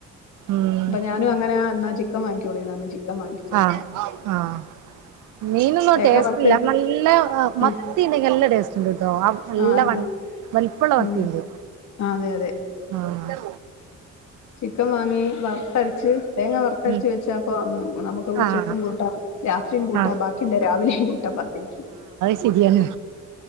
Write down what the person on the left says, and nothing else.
അപ്പ ഞാനും അങ്ങനെ എന്നാ ചിക്കൻ വാങ്ങിക്കോള നല്ല ചിക്കൻ വാങ്ങിച്ചാ
തേങ്ങ
വറുത്ത്
ആ
ആ ആ,
ഉം ആ അതെ അതെ
ചിക്കൻ വാങ്ങി വറുത്തരച്ച് തേങ്ങ വറുത്തരച്ച്
വെച്ചപ്പ നമുക്ക് ഉച്ചക്കും
കൂട്ടാം രാത്രിയും കൂട്ട
ബാക്കിണ്ട രാവിലെയും കൂട്ടാ പത്തിക്ക്